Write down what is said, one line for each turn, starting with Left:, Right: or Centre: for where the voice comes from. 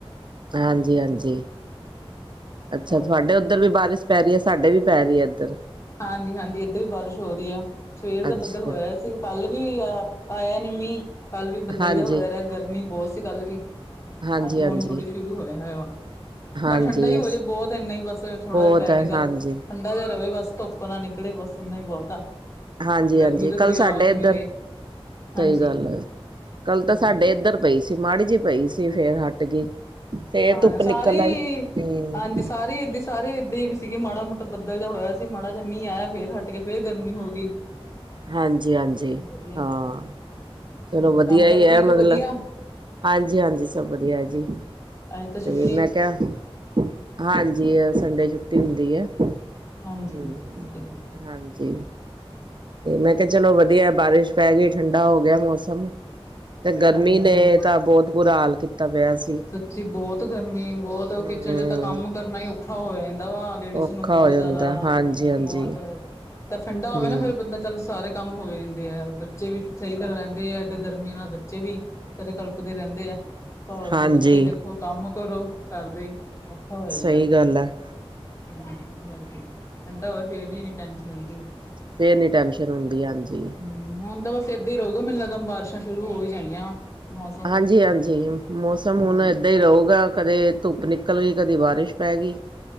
Right: ਹਾਂਜੀ ਹਾਂਜੀ। ਅੱਛਾ
Left: ਹੋਰ
Right: ਤੁਹਾਡੇ ਓਧ ਧਰ ਵੀ ਬਾਰਿਸ਼ ਪੈ ਰੀ ਐ। ਸਾਡੇ ਵੀ ਪੈ ਰੀ ਐ ਏਧਰ।
Left: ਹਾਂਜੀ ਹਾਂਜੀ ਏਧਰ ਵੀ ਬਾਰਿਸ਼ ਹੋ ਰੀ ਐ। ਸਵੇਰ ਦਾ
Right: ਅੱਛਾ।
Left: ਬੱਦਲ ਹੋਇਆ ਸੀ। ਕੱਲ ਵੀ ਆ ਆਇਆ ਨੀ ਮੀਂਅ। ਕੱਲ ਵੀ ਬੱਦਲ
Right: ਹਾਂਜੀ,
Left: ਜਿਆ ਹੋਇਆ ਰਿਆ, ਗਰਮੀ ਬੋਤ ਸੀ ਕੱਲ ਵੀ।
Right: ਹਾਂਜੀ-ਹਾਂਜੀ,
Left: ਅੱਜ ਹੁਣ ਥੋੜੇ
Right: ਹਾਂਜੀ।
Left: ਸ਼ੁਰੂ ਹੋਇਆ ਹੋਇਆ ਵਾ
Right: ਹਾਂਜੀ
Left: ਚੱਲ ਠੰਡਾ ਈ ਹੋ ਜੇ ਬੋਹਤ ਇੰਨਾ ਹੀ ਬਸ ਥੋੜਾ
Right: ਬਹੁਤ
Left: ਪੈ
Right: ਹੈ,
Left: ਕੇ ਚੱਲ
Right: ਹਾਂਜੀ।
Left: ਠੰ ਡਾ ਜਿਆ ਰਹਵੇ ਬਸ ਧੁੱਪ ਨਾ ਨਿਕਲੇ ਬਸ ਇੰਨਾ ਈ ਬਹੁਤ ਆ।
Right: ਹਾਂਜੀ
Left: ਗਰਮੀ
Right: ਹਾਂਜੀ
Left: ਤੋਂ ਥੋੜ੍ਹੀ
Right: ਕੱਲ੍ਹ ਸਾਡੇ
Left: ਰਾਹਤ
Right: ਇੱਧਰ
Left: ਮਿਲੇ ਹਾਂਜੀ
Right: ਸਹੀ ਗੱਲ ਐ ਕੱਲ ਤਾਂ
Left: ਹਾਂਜੀ
Right: ਸਾਡੇ ਇੱਧਰ ਪਈ। ਫਿਰ ਮਾੜੀ ਜਿਹੀ ਪਈ ਸੀ ਫੇਰ ਹਟ ਗਈ ਫੇਰ
Left: ਹਾਂ
Right: ਧੁੱਪ
Left: ਸਾਰੇ
Right: ਨਿਕਲ ਆਈ
Left: ਈ
Right: ਹੂੰ
Left: ਹਾਂਜੀ ਸਾਰੇ ਇਦਾਂ ਈ ਸਾਰੇ ਇਦਾਂ ਹੀ ਵੀ ਸੀਗੇ ਮਾੜਾ ਮੋਟਾ ਬੱਦਲ ਜਿਹਾ ਹੋਇਆ ਸੀ ਮਾੜਾ ਜਿ ਮੀਂਹ ਆਇਆ ਫਿਰ ਹਟ ਗਈ ਫਿਰ ਗਰਮੀ ਹੋ ਗਈ
Right: ਹਾਂਜੀ, ਹਾਂਜੀ
Left: ਵਧੀਆ
Right: ਹਾਂ ਚਲੋ
Left: ਹੋਰ
Right: ਵਧੀਆ
Left: ਕੰਮ ਕਾਰ
Right: ਇਹ
Left: ਠੀਕ
Right: ਹੈ ਮਤਲਬ
Left: ਵਧੀਆ
Right: ਹਾਂਜੀ, ਹਾਂਜੀ ਸਭ ਵਧੀਆ ਜੀ
Left: ਅੱਜ ਤਾਂ ਛੁੱਟੀ
Right: ਤੇ ਮੈਂ ਕਿਹਾ ਹਾਂਜੀ ਸੰਡੇ ਛੁੱਟੀ ਹੁੰਦੀ ਹੈ ਹਮ
Left: ਹਾਂਜੀ ਠੀਕ ਹੈ ਜੀ
Right: ਹਾਂਜੀ ਤੇ ਮੈਂ ਕਿਹਾ ਚਲੋ ਵਧੀਆ ਬਾਰਿਸ਼ ਪੈ ਗਈ ਠੰਡਾ ਹੋ ਗਿਆ ਮੌਸਮ ਤੇ ਗਰਮੀ
Left: ਹਾਂਜੀ
Right: ਨੇ
Left: ਹਾਂਜੀ
Right: ਤਾਂ ਬਹੁਤ ਬੁਰਾ ਹਾਲ ਕੀਤਾ ਪਿਆ ਸੀ।
Left: ਸੱਚੀ ਬਹੁਤ ਗਰਮੀ ਬਹੁਤ
Right: ਹੂੰ
Left: ਕਿਚਨ ਚ ਤਾਂ ਕੰਮ ਕਰਨਾ ਹੀ ਔਖਾ ਹੋ ਜਾਂਦਾ ਵਾ ਲੇਡੀਜ਼
Right: ਔਖਾ
Left: ਨੂੰ ਬਹੁਤ
Right: ਹੋ ਜਾਂਦਾ
Left: ਜਿਆਦਾ
Right: ਹਾਂਜੀ ਹਾਂਜੀ
Left: ਬਹੁਤ ਠੰਡਾ ਹੋਵੇ
Right: ਹੂੰ।
Left: ਨਾ ਫਿਰ ਬੰਦਾ ਤਾਂ ਸਾਰੇ ਕੰਮ ਹੋ ਜਾਂਦੇ ਆ ਬੱਚੇ ਵੀ ਸਹੀ ਤਰ੍ਹਾਂ ਰਹਿੰਦੇ ਆ ਤੇ ਗਰਮੀ ਨਾਲ ਬੱਚੇ ਵੀ ਤਦੇ ਕਲਪਦੀ ਰਹਿੰਦੇ ਆ ਆ ਹੋ ਜਾਂਦਾ
Right: ਹਾਂਜੀ
Left: ਕੋਈ ਕੰਮ ਕਰੋ ਕਰਦੇ ਔਖਾ ਹੋ ਜਾਂਦਾ।
Right: ਸਹੀ ਗੱਲ ਹੈ
Left: ਹਾਂਜੀ ਹੋਰ ਠੰਡਾ ਹੋਵੇ ਫੇਰ ਨੀ ਇਨੀ ਟੈਨਸ਼ਨ ਰਹਿੰਦੀ
Right: ਫੇਰ ਨੀ ਟੈਨਸ਼ਨ ਹੁੰਦੀ ਹਾਂਜੀ
Left: ਹਮ ਹੁਣ ਤਾਂ ਬਸ ਏਦਾਂ ਹੀ ਰਹੂਗਾ ਮੈਨੂੰ ਲੱਗਦਾ ਇਕ ਦਮ ਬਾਰਿਸ਼ਾਂ ਸ਼ੁਰੂ ਹੋ ਹੀ ਜਾਣੀਆਂ ਵਾ ਮੌਸਮ
Right: ਹਾਂਜੀ, ਹਾਂਜੀ ਮੌਸਮ
Left: ਹਾਂ
Right: ਹੁਣ ਏਦਾਂ ਹੀ ਰਹੂਗਾ ਕਦੇ ਧੁੱਪ ਨਿਕਲ ਗਈ ਕਦੇ ਬਾਰਿਸ਼ ਪੈ ਗਈ